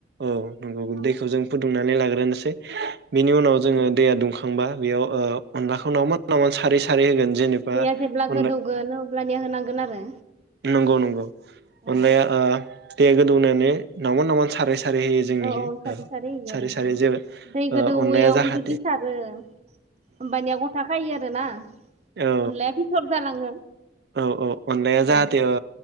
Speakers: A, on the right (about 60°); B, on the right (about 35°).
A: औ नंगौ दैखौ जों फुदुंनानै लाग्रोनोसै। बिनि उनाव जोङो दुंखांबा बेआव ओ अनलाखौ <unintelligible> सारै होगोन जेनेबा
B: दैया जेब्ला
A: अनला
B: गोदौगोन अब्लानिया होनांगोन आरो
A: नंगौ नंगौ।
B: औ
A: अनलाया ओ दैया गोदौनानै नावमान नावमान सारै <unintelligible> सारै होयो जोंनिखै
B: औ सारै
A: ओ
B: होयो
A: सारै
B: आरोना
A: सारै जे ओ
B: दै गोदौयावनो
A: अनलाया जाहा
B: जुदि सारो होमबानिया ग'था खायो आरोना
A: औ
B: अनलाया फिथ'र जालाङो
A: औ औ अनलाया जाहाथे
B: औ।
A: ओ